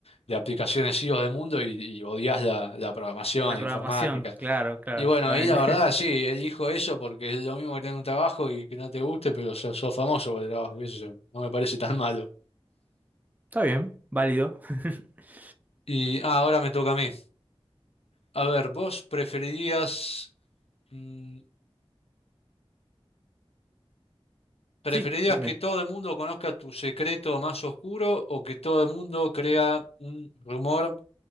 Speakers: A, on the left; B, on the right.
A: de aplicaciones iOS del mundo y, y odias la, la programación,
B: La
A: la
B: programación,
A: informática.
B: claro, claro,
A: Y bueno,
B: está
A: ahí
B: bien.
A: la
B: <laughs>
A: verdad, sí, él dijo eso porque es lo mismo que tener un trabajo y que no te guste, pero sos, sos famoso por el trabajo, qué sé yo, no me parece tan malo.
B: Está bien, válido. <laughs>
A: Y ah, ahora me toca a mí. A ver, ¿vos preferirías, mm, preferirías
B: Sí, dime.
A: que todo el mundo conozca tu secreto más oscuro o que todo el mundo crea un rumor?